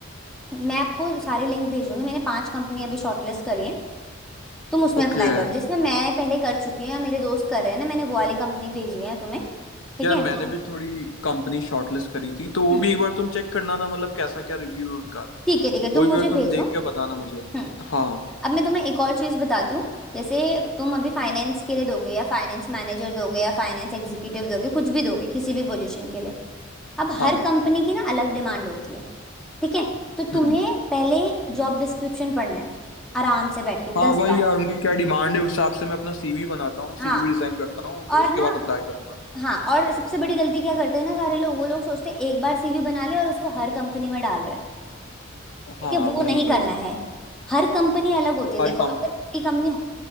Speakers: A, in the centre; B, on the left.
A: मैं आपको सारे लिंक भेज दूंगी मैंने पांच कंपनी अभी शॉर्टलिस्ट करी हैं तुम उसमें
B: ओके
A: अप्लाई करो जिसमें मैं पहले कर चुकी हूँ या मेरे दोस्त कर रहे हैं ना मैंने वो वाली कंपनी भेजी है तुम्हें ठीक
B: यार
A: है
B: मैंने
A: तो
B: भी थोड़ी कंपनी शॉर्टलिस्ट करी थी तो वो
A: हम्म
B: भी एक बार तुम चेक करना ना मतलब कैसा क्या रिव्यू है उनका
A: ठीक है ठीक है तुम
B: वो भी
A: मुझे
B: एक बार
A: भेजो
B: तुम देख के बताना मुझे
A: हम्म
B: हाँ
A: अब मैं तुम्हें एक और चीज बताती हूँ जैसे तुम अभी फाइनेंस के लिए दोगे या फाइनेंस मैनेजर दोगे या फाइनेंस एग्जीक्यूटिव दोगे कुछ भी दोगे किसी भी पोजीशन के लिए अब
B: हाँ
A: हर कंपनी की ना अलग डिमांड होती है ठीक है तो तुम्हें
B: हम्म
A: पहले जॉब डिस्क्रिप्शन पढ़ना है आराम से बैठ के
B: हाँ
A: दस
B: वही
A: बार
B: यार उनकी क्या डिमांड है उस हिसाब से मैं अपना सीवी बनाता हूँ सीवी
A: हाँ
B: डिजाइन करता हूँ
A: और
B: उसके
A: ना
B: बाद अप्लाई करूंगा
A: हाँ और सबसे बड़ी गलती क्या करते हैं ना सारे लोग वो लोग सोचते हैं एक बार सीवी बना ले और उसको हर कंपनी में डाल रहे हैं ठीक
B: हाँ
A: है वो
B: वही
A: नहीं
B: वही
A: करना है हर कंपनी अलग होती है
B: हर
A: देखो
B: कम
A: अगर मेरी कंपनी